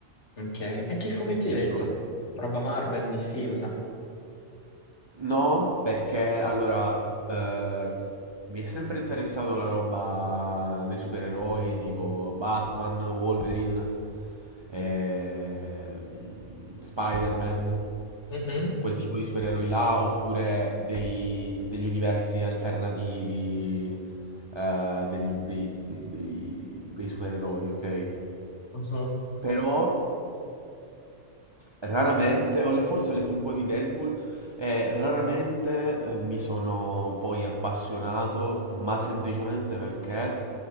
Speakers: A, on the left (about 65°); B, on the right (about 35°).
A: Ok, e che fumetti
B: piacciono.
A: hai letto? Roba Marvel, DC, cosa?
B: No, perché allora eh, mi è sempre interessato la roba dei supereroi tipo Batman, Wolverine, eh, Spider-Man,
A: Mhm,
B: quel tipo di supereroi là, oppure dei- degli universi alternativi eh, degli- dei, dei- dei- dei supereroi, ok?
A: mhm.
B: Però Raramente, ho le- forse ho letto un po' di Deadpool e raramente eh, mi sono poi appassionato, ma semplicemente perché